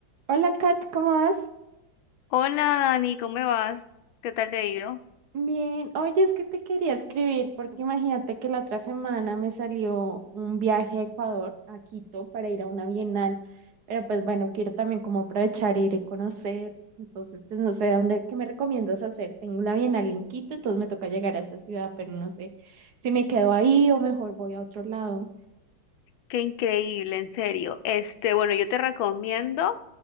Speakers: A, on the right (about 60°); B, on the left (about 90°).
A: Hola Kat, ¿cómo vas?
B: Hola Dani, ¿cómo vas? ¿Qué tal te ha ido?
A: Bien, oye, es que te quería escribir porque imagínate que la otra semana me salió un viaje a Ecuador, a Quito, para ir a una bienal, pero pues bueno, quiero también como aprovechar e ir a conocer, entonces pues no sé dónde, ¿qué me recomiendas hacer? Tengo una bienal en Quito, entonces me toca llegar a esa ciudad, pero no sé si me quedo ahí o mejor voy a otro lado.
B: Qué increíble, en serio. Este, bueno, yo te recomiendo